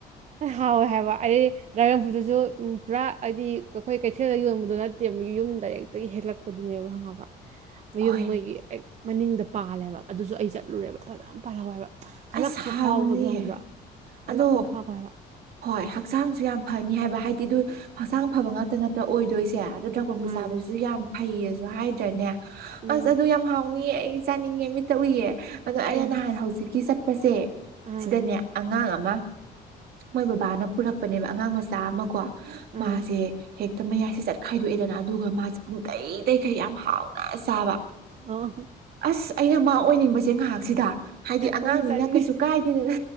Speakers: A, on the right; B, on the right.
A: ꯍꯥꯎꯋꯦ ꯍꯥꯏꯕ ꯑꯩ ꯗ꯭ꯔꯥꯒꯟ ꯐ꯭ꯔꯨꯠꯇꯨꯁꯨ ꯄꯨꯔꯥ ꯍꯥꯏꯗꯤ ꯑꯩꯈꯣꯏ ꯀꯩꯊꯦꯜꯗ ꯌꯣꯟꯕꯗꯣ ꯅꯠꯇꯦ ꯌꯨꯝ ꯍ ꯃꯌ
B: ꯍꯣꯏ
A: ꯃꯅꯤꯡ ꯑꯩ ꯆꯠꯂꯨꯔꯦꯕ ꯐꯖꯅ ꯄꯥꯜꯍꯧꯋꯦꯕ ꯀꯜꯂꯛꯄ
B: ꯑꯁ ꯍꯥꯎꯅꯤꯌꯦ
A: ꯐꯥꯎꯕꯗꯣꯪꯕ꯭ꯔꯥ ꯀꯜꯂꯛꯄ
B: ꯑꯗꯣ
A: ꯐꯥꯎꯋꯦ ꯍꯥꯏꯕ
B: ꯍꯣꯏ ꯍꯛꯆꯥꯡꯁꯨ ꯌꯥꯝ ꯐꯅꯤ ꯍꯥꯏꯕ ꯍꯥꯏꯗꯤ ꯑꯗꯨ ꯍꯛꯆꯥꯡ ꯐꯕ ꯉ ꯈꯇ ꯅꯠꯇ ꯑꯣꯏꯗꯣꯏꯁꯦ ꯑꯗꯣ ꯗ꯭ꯔꯥꯒꯣꯣꯟꯕꯨ
A: ꯃꯥꯅꯦ
B: ꯆꯥꯕꯁꯨ ꯌꯥꯝ ꯐꯩꯌꯦꯁꯨ ꯍꯥꯏꯗ꯭ꯔꯅꯦ
A: ꯎꯝ
B: ꯑꯁ ꯑꯗꯨ ꯌꯥꯝ ꯍꯥꯎꯅꯤꯌꯦ ꯑꯩ ꯆꯥꯅꯤꯡꯉꯦ ꯃꯤꯠꯇ ꯎꯏꯌꯦ ꯑꯗꯣ ꯑꯩꯅ
A: ꯑꯩꯗꯤ
B: ꯅꯍꯥꯟ ꯍꯧꯖꯤꯛꯀꯤ ꯆꯠ ꯆꯄꯁꯦ
A: ꯑꯥ
B: ꯁꯤꯗꯅꯦ ꯑꯉꯥꯡ ꯑꯃ ꯃꯣꯏ ꯕꯕꯥꯅ ꯄꯨꯔꯛꯄꯅꯦꯕ ꯑꯉꯥꯡ ꯃꯆꯥ ꯑꯃ ꯀꯣ ꯃꯥꯁꯦ
A: ꯑꯥ
B: ꯍꯦꯛ ꯃꯌꯥꯏꯁꯦ ꯆꯠꯈꯥꯏꯗꯣꯛꯑꯦꯗꯅ ꯑꯗꯨꯒ ꯃꯥꯁꯦ ꯄꯨꯡꯇꯩ ꯇꯩꯈꯩ ꯌꯥꯝ ꯍꯥꯎꯅ ꯆꯥꯕ
A: ꯑꯣ
B: ꯑꯁ ꯑꯩꯅ ꯃꯥ ꯑꯣꯏꯅꯤꯡꯕꯁꯦ ꯉꯥꯏꯍꯥꯛꯁꯤꯗ ꯍꯥꯏꯗꯤ
A: ꯑꯩꯁꯨ
B: ꯑꯅ
A: ꯆꯥꯅꯤꯡꯉꯤ
B: ꯀꯩꯁꯨ ꯀꯥꯏꯗꯦꯗꯅ